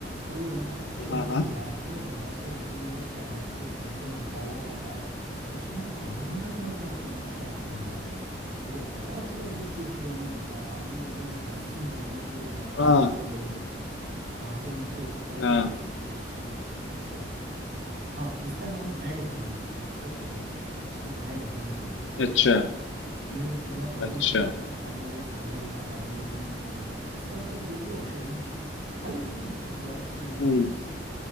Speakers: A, on the right; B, on the left.
A: तो वो बंदा एक्चुअल
B: हाँ
A: में
B: हाँ
A: जाके वहाँ से उसने वो शहद को कैसे निकाला जाता है उसमें आदमी तक मर जाते हैं उस शहद को निकालने में वो बहुत लंबी चोटियों में होता है आदमी एकदम रस्सी बना के नेपाल
B: हाँ
A: के जो लोग होते हैं वहां से नीचे उतर
B: हाँ
A: के उस उसको हाँ, उस शहद को लेते हैं। हाँ इसका नाम मेड हनी है आप सर्च करना कभी इसको मेड हनी बोलते हैं
B: अच्छा
A: ये पूरा बॉडी
B: अच्छा
A: को आपका पैरालाइज कर देगा हैवलिजिनेट कर देगा इसका मतलब ये भी औषधि ही है हल्की ड्रॉप्स में लेते
B: हम्म
A: हैं इसे